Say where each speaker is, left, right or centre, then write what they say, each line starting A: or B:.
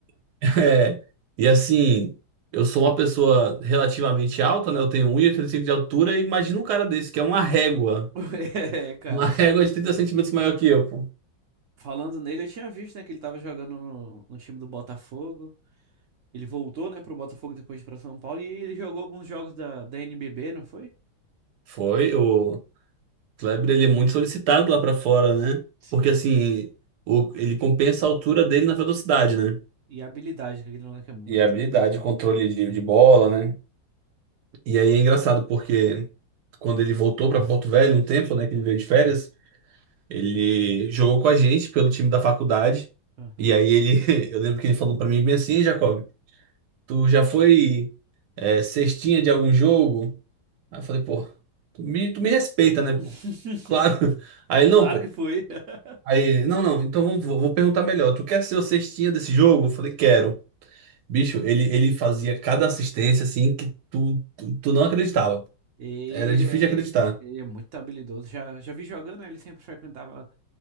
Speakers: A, on the right (about 65°); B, on the right (about 80°).
A: <laughs> É. E assim, eu sou uma pessoa relativamente alta, né? Eu tenho um 1,85 de altura e imagina um cara desse, que é uma régua.
B: <laughs> É, cara.
A: Uma <laughs> régua de 30 centímetros maior que eu, pô.
B: Falando nele, eu tinha visto, né, que ele tava jogando no, no time do Botafogo. Ele voltou, né, pro Botafogo depois de ir pra São Paulo e ele jogou alguns jogos da, da NBB, não foi?
A: Foi, o Kleber, ele é muito solicitado lá pra fora, né?
B: Sim,
A: Porque assim,
B: sim.
A: o, ele compensa a altura dele na velocidade, né?
B: E a habilidade, que aquele moleque é muito
A: E habilidade,
B: habilidoso.
A: controle de, de bola, né? E aí
B: É.
A: é engraçado porque quando ele voltou para Porto Velho um tempo, né, que ele veio de férias, ele jogou com a gente pelo time da faculdade.
B: Aham.
A: E aí ele, <laughs> eu lembro que ele falou para mim bem assim, "Ei, Jacob, tu já foi é, cestinha de algum jogo? Aí eu falei, pô, tu me, tu me respeita, né, pô?
B: <laughs>
A: <laughs> Claro. Aí ele,
B: Claro
A: não, pô.
B: que foi. <laughs>
A: Aí ele, não, não, então vamos, vou vou perguntar melhor. Tu quer ser o cestinha desse jogo? Eu falei, quero. Bicho, ele, ele fazia cada assistência assim que tu, tu, tu não acreditava.
B: E Ele
A: Era difícil
B: é,
A: de acreditar.
B: ele é muito habilidoso. Já, já vi jogando, né, ele sempre frequentava